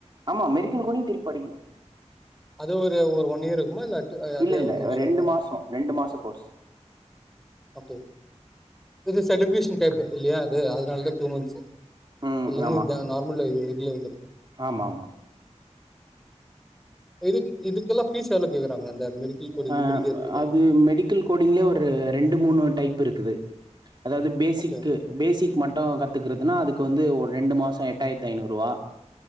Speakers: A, on the right; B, in the centre.
A: ஆமா மெடிக்கல் கோடிங் திருப்பி படிக்கணு
B: அது ஒரு ஒரு ஒன் இயர் இக்குமா இல்ல அட் அது
A: இல்ல
B: எவ்ளோ
A: இல்ல
B: வருஷோ
A: ரெண்டு
B: வரு
A: மாசோ ரெண்டு மாச கோர்ஸ்
B: அட் இது சட்ஃபிகேசன் கேக்கு இல்லியா அது அதனாலதா டூ மன்ஸ்
A: ம்
B: திலி
A: ஆமா
B: இதா நார்மல இது இதுல வந்துரு
A: ஆமா ஆமா
B: இதுக்கு இதுக்கெல்லா ஃபீஸ் எவ்ளோ கேக்குறாங்க அந்த மெடிக்கல் கோடிங்
A: ஆ
B: படிக்குறதுக்கு
A: அது மெடிக்கல் கோடிங்லே ஒரு ரெண்டு மூனு டைப் இருக்குது அதாவது பேசிக்கு
B: ஓகே
A: பேசிக் மட்டு கத்துக்குறுதுனா அதுக்கு வந்து ஒரு ரெண்டு மாசோ எட்டாயிரத்தி ஐநூறு ரூபா